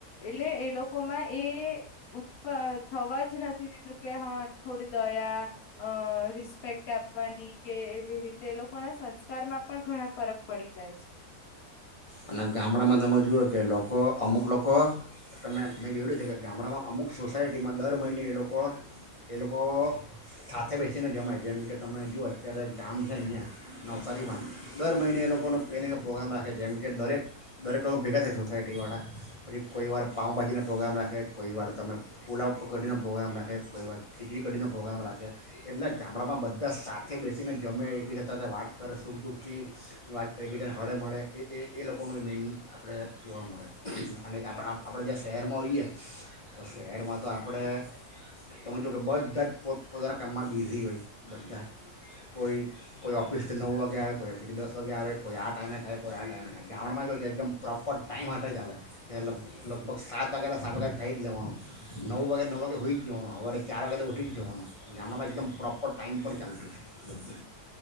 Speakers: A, on the left; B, on the left.
A: એટલે એ લોકોમાં એ ઉત્પર થવા જ નથી દીધું કે હાં થોડી દયા અ રિસ્પેક્ટ આપવાની કે એવી રીતે એ લોકોના સંસ્કારમાં પણ ઘણા ફરક પડી જાય છે.
B: અને ગામડામાં તમે જુઓ કે લોકો અમુક લોકો તમે મેં જોય લું છે કે ગામડામાં અમુક સોસાયટીમાં દર મહિને એ લોકો એ લોકો સાથે બેસીને જમાય જેમ કે તમે જુઓ અત્યારે ગામ છે અઈયા નવસારીમાં દર મહિને એ લોકોનો કંઈને કંઈ પ્રોગ્રામ રાખે જેમ કે દરેક દરેક લોકો ભેગા થાય સોસાયટી વાળા પછી કોઈવાર પાઉભાજીનો પ્રોગ્રામ રાખે, કોઈવાર તમે પુલાવ પ કઢીનો પ્રોગ્રામ રાખે, કોઈવાર ખીચડી કઢીનો પ્રોગ્રામ રાખે એટલે ગામડામાં બધા સાથે બેસીને જમે એકબીજા સાથે વાત કરે સુખ દુઃખથી વાત કરે એકબીજાને હળેમળે એ એ એ લોકોનું મેઇન આપડે જોવા મળે અને જે આપ આપડે જે શહેરમાં હોઈએ તો શહેરમાં તો આપડે તમે જો કે બધા જ પોત પોતાના કામમાં બિઝી હોય બધા જ, કોઈ કોઈ ઓફિસથી નવ વાગે આવે, કોઈ ઓફિસથી દસ વાગે આવે, કોઈ આ ટાઈમે ખાય, કોઈ આ ટાઈમે ને ગામડામાં કેવુ કે એકદમ પ્રોપર ટાઈમ હાથે ચાલે, એ લગ લગભગ સાત વાગે એટલે સાત વાગે ખાઈ જ લેવાનું, નવ વાગે એટલે નવ વાગે હુઈ જ જવાનું, હવારે ચાર વાગે એટલે ઉઠી જ જવાનું, ગામડામાં એકદમ પ્રોપર ટાઈમ પર ચાલતું છે બધું જ